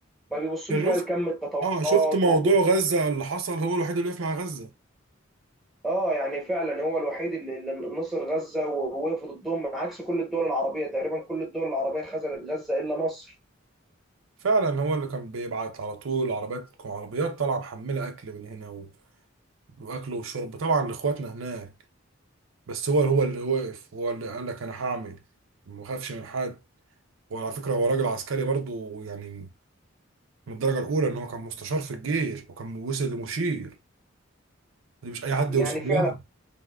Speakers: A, in the centre; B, on the right.
A: ما بيبصوش
B: انت
A: بقى
B: شفت
A: لكم التطورات
B: اه شفت موضوع
A: وكل
B: غزه اللي حصل هو الوحيد اللي وقف مع غزه
A: اه يعني فعلا هو الوحيد اللي اللي نصر غزة ووقف ضد ضدهم عكس كل الدول العربية تقريبا كل الدول العربية خذلت غزة الا مصر
B: فعلا هو اللي كان بيبعت على طول عربيات عربيات طالعه محمله اكل من هنا و... واكل وشرب طبعا لاخواتنا هناك بس هو هو اللي وقف هو اللي قال لك انا هعمل ما اخافش من حد وعلى فكرة هو راجل عسكري برضو يعني من الدرجة الأولى إن هو كان مستشار في الجيش وكان وصل لمشير دي مش أي حد
A: يعني
B: يوصل
A: فعلا
B: لها